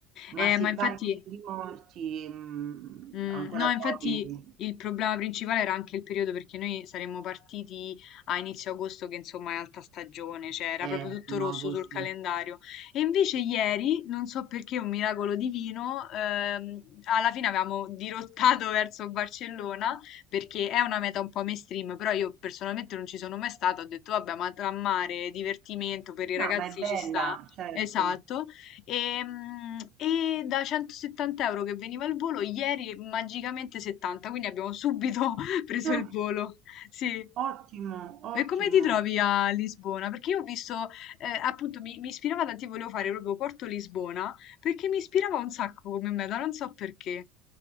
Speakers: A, on the right; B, on the left.
A: ma
B: Eh,
A: se
B: ma infatti...
A: vai con i morti, mh,
B: Mm,
A: ancora
B: no,
A: trovi,
B: infatti il problema principale era anche il periodo perché noi saremmo partiti a inizio agosto, che insomma è alta stagione, cioè era
A: eh,
B: proprio tutto
A: no,
B: rosso
A: agosto.
B: sul calendario. E invece ieri, non so perché, un miracolo divino, ehm, alla fine avevamo dirottato <laughs> verso Barcellona perché è una meta un po' mainstream, però io personalmente non ci sono mai stata, ho detto vabbè, ma tra mare, divertimento per i ragazzi
A: No, ma è bella,
B: ci sta.
A: certo.
B: Esatto. Ehm, E, da 170 euro che veniva il volo, ieri magicamente 70, quindi abbiamo subito <laughs> preso
A: No,
B: il volo. Sì.
A: ottimo, ottimo.
B: E come ti trovi a Lisbona? Perché io ho visto, eh, appunto, mi, mi ispirava tanto, io volevo fare proprio Porto Lisbona, perché mi ispirava un sacco come meta, non so perché.